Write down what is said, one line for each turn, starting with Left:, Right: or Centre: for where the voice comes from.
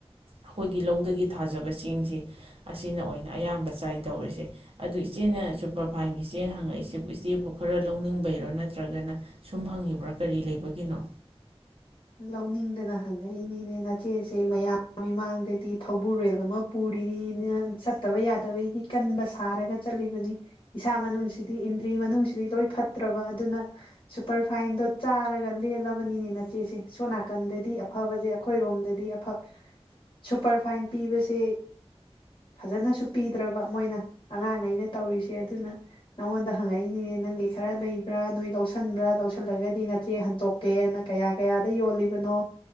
Right: ꯑꯩꯈꯣꯏꯒꯤ ꯂꯧꯗꯒꯤ ꯊꯥꯖꯕ ꯆꯦꯡꯁꯤ ꯑꯁꯤꯅ ꯑꯣꯏꯅ ꯑꯌꯥꯝꯕ ꯆꯥꯏ ꯇꯧꯔꯤꯁꯦ ꯑꯗꯨ ꯏꯆꯦꯅ ꯁꯨꯄꯔꯐꯥꯏꯟꯒꯤ ꯆꯦꯡ ꯍꯪꯉꯛꯏꯁꯦ ꯏꯆꯦꯕꯨ ꯈꯔ ꯂꯧꯅꯤꯡꯕꯩꯔꯥ ꯅꯠꯇ꯭ꯔꯒꯅ ꯁꯨꯝ ꯍꯪꯉꯤꯕ꯭ꯔꯥ ꯀꯔꯤ ꯂꯩꯕꯒꯤꯅꯣ
Left: ꯂꯧꯅꯤꯡꯗꯅ ꯍꯪꯉꯛꯏꯅꯤꯅꯦ ꯅꯆꯦꯁꯦ ꯃꯌꯥꯝ ꯃꯃꯥꯡꯗꯗꯤ ꯊꯧꯕꯨꯔꯦꯜ ꯑꯃ ꯄꯨꯔꯤꯅꯤꯅ ꯆꯠꯇꯕ ꯌꯥꯗꯕꯒꯤ ꯀꯟꯕ ꯁꯥꯔꯒ ꯆꯠꯂꯤꯕꯅꯤ ꯏꯁꯥ ꯃꯅꯨꯡꯁꯤꯗꯤ ꯏꯟꯗ꯭ꯔꯤ ꯃꯅꯨꯡꯁꯤꯗꯤ ꯂꯣꯏ ꯐꯠꯇ꯭ꯔꯕ ꯑꯗꯨꯅ ꯁꯨꯄꯔꯐꯥꯏꯟꯗꯣ ꯆꯥꯔꯒ ꯂꯦꯜꯂꯕꯅꯤꯅꯦ ꯅꯆꯦꯁꯦ ꯁꯣꯝ ꯅꯥꯀꯟꯗꯗꯤ ꯑꯐꯕꯁꯦ ꯑꯩꯈꯣꯏꯔꯣꯝꯗꯗꯤ ꯑꯐ ꯁꯨꯄꯔꯐꯥꯏꯟ ꯄꯤꯕꯁꯦ ꯐꯖꯅꯁꯨ ꯄꯤꯗ꯭ꯔꯕ ꯃꯣꯏꯅ ꯑꯉꯥꯡꯉꯩꯅ ꯇꯧꯔꯤꯁꯦ ꯑꯗꯨꯅ ꯅꯪꯉꯣꯟꯗ ꯍꯪꯉꯛꯏꯅꯤꯅꯦ ꯅꯪꯒꯤ ꯈꯔ ꯂꯩꯕ꯭ꯔꯥ ꯅꯣꯏ ꯂꯧꯁꯟꯕ꯭ꯔꯥ ꯂꯧꯁꯜꯂꯒꯗꯤ ꯅꯆꯦ ꯍꯟꯇꯣꯛꯀꯦꯅ ꯀꯌꯥ ꯀꯌꯥ <unintelligible> ꯌꯣꯜꯂꯤꯕꯅꯣ